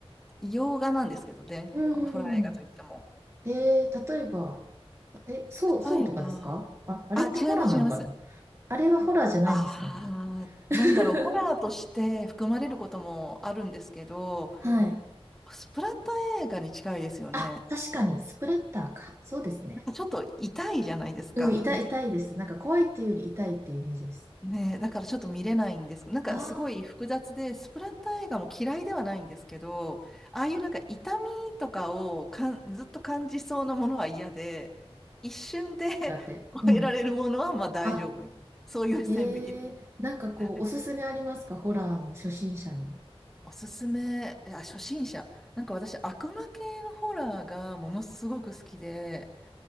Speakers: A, in the centre; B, on the right.
A: 洋画なんですけどね、
B: う
A: ホラー映画といっても。
B: ん。えー、例えば、え、そう、そうとかですかあ、
A: 例えば、
B: あれってホラーなのかな
A: あ、違います、違います。
B: あれはホラーじゃないんですかね
A: ああ、
B: <laughs>
A: なんだろう、ホラーとして含まれることもあるんですけど、
B: はい。
A: スプラッタ映画に近いですよね。
B: あ、確かに、スプレッターか。そうですね。
A: なんかちょっと痛いじゃないですか。
B: うん、痛い、
A: <laughs>
B: 痛いです。なんか怖いっていうより痛いっていうイメージです。
A: ねえ、だからちょっと見れないんですけど、なんかすごい複雑で、
B: あ
A: スプラッタ映画も嫌いではないんですけど、ああいうなんか痛みとかをかんずっと感じそうなものは嫌で、一瞬で <laughs>
B: ー、だって。
A: 終えられるものはまあ大丈夫みたいな。
B: うん。あ、
A: そういう線引き。
B: えー、なんかこう、
A: はい
B: おすすめありますかホラーの初心者に。
A: おすすめ、いや、初心者。なんか私、悪魔系のホラーがものすごく好きで、